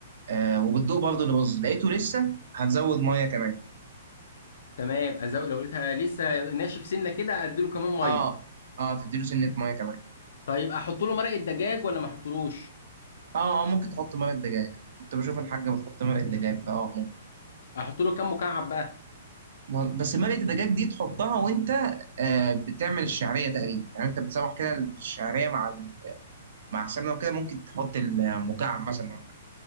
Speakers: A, on the right; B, on the left.
A: آه وبتدوق برضه اللي باظ لقيته لسه هتزود ميه كمان
B: تمام ازوق لو لقيتها لسه ناشف سنة كده اديله كمان مية
A: اه اه تديله سنه ميه كمان
B: طيب احط له مرقة دجاج ولا ما احطلوش
A: اه اه ممكن تحط مرقه دجاج كنت بشوف الحاجه بتحط مرقه دجاج فاه ممكن
B: احط له كام مكعب بقى
A: وال- بس مرقه الدجاج دي تحطها وانت آه بتعمل الشعريه تقريبا يعني انت بتسوح كده الشعريه مع ال- مع السمنه وكده ممكن تحط المكعب مثلا